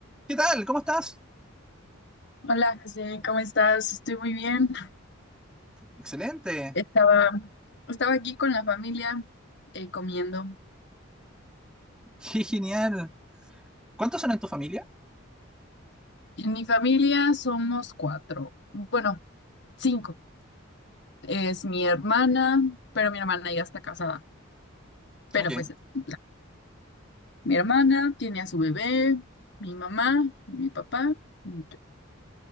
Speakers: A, in the centre; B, on the left.
A: ¿Qué tal? ¿Cómo estás?
B: Hola, José, ¿cómo estás? Estoy muy bien.
A: Excelente.
B: Estaba, estaba aquí con la familia eh, comiendo.
A: Qué genial. ¿Cuántos son en tu familia?
B: En mi familia somos cuatro, bueno, cinco. Es mi hermana, pero mi hermana ya está casada. Pero
A: Ok.
B: pues es la- mi hermana tiene a su bebé, mi mamá, mi papá, y yo.